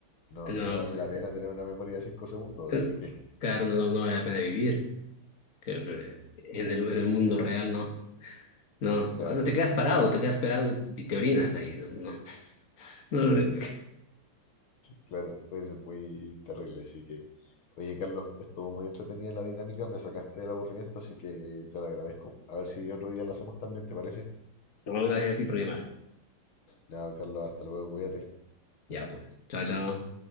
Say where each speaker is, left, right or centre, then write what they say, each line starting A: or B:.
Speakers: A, on the left; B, on the left.
A: No,
B: No,
A: no vale
B: pues.
A: la pena tener una memoria de 5 segundos,
B: eh,
A: así que, <laughs>
B: Claro, no, no vale la pena vivir. Que, eh, En el, en el mundo real, no. No,
A: claro,
B: no, no te quedas parado, te quedas parado y, y te orinas ahí. No, no, no, <laughs>
A: claro, puede ser muy terrible, así que. Oye, Carlos, estuvo muy entretenida la dinámica, me sacaste del aburrimiento, así que te lo agradezco. A ver si otro día lo hacemos también, ¿te parece?
B: no, gracias a ti por llamar.
A: Nada, Carlos, hasta luego, cuídate.
B: Ya pues, chao, chao.